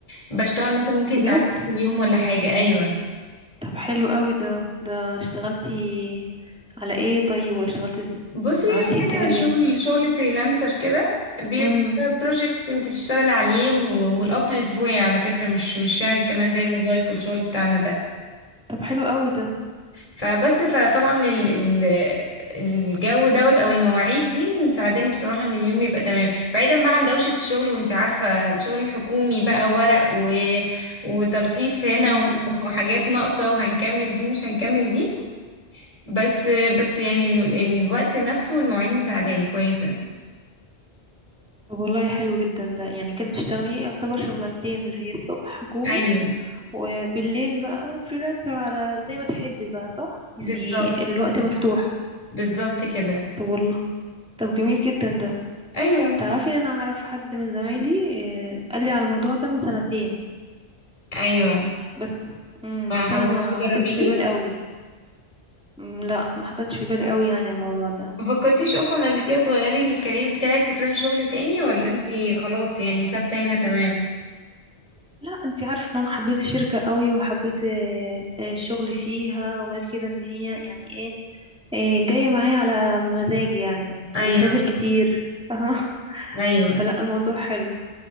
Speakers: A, on the left; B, in the centre.
A: بشتغل مثلا ممكن
B: بجد
A: ساعتين في اليوم ولا حاجه ايوه
B: طب حلو قوي ده ده اشتغلتي على ايه طيب ولا اشتغلتي
A: بصي
B: يعني
A: هي
B: عملتي ايه؟
A: حاجة
B: بتعملي
A: شغل
B: ايه
A: شغل فريلانسر كده بيبقى
B: امم
A: بروجكت انت بتشتغلي عليه و- والقبض اسبوعي على فكرة مش مش شهري كمان زي الوظايف والشغل بتاعنا ده
B: طب حلو قوي ده
A: فبس فطبعا ال ال الجو دوت او المواعيد دي مساعداني بصراحة ان اليوم يبقى تمام بعيدا بقى عن دوشة الشغل وانت عارفة الشغل الحكومي بقى ورق و... وتلخيص هنا
B: امم
A: و- <laughs> وحاجات ناقصة وهنكمل دي ومش هنكمل دي بس بس يعني ال... الوقت نفسه والمواعيد مساعداني كويسة
B: طب والله حلو جدا ده يعني كده بتشتغلي إيه؟ يعتبر شغلانتين اللي هي الصبح حكومي
A: ايوه
B: وبالليل بقى فريلانسر على زي ما تحبي بقى صح يعني
A: بالظبط
B: الوقت مفتوح
A: بالظبط كده
B: طب والله طب جميل جدا ده
A: ايوه
B: تعرفي انا اعرف حد من زمايلي آه، قال لي على الموضوع ده من سنتين
A: ايوه
B: بس امم
A: ما
B: بس
A: حاولتيش
B: انا ما
A: تجربيه
B: حطيتش في بالي قوي مم، لا ما حطيتش في بالي قوي يعني الموضوع ده
A: ما فكرتيش اصلا قبل كده تغيري الكارير بتاعك وتروحي شغل تاني ولا انتي خلاص يعني ثابته هنا تمام
B: لا انت عارفه ان انا حبيت الشركه قوي وحبيت آه، آه، الشغل فيها وغير كده ان هي يعني ايه آه، جايه معايا على مزاجي يعني
A: ايوه
B: بنسافر كتير فاهمه <laughs>
A: ايوه
B: فلا الموضوع حلو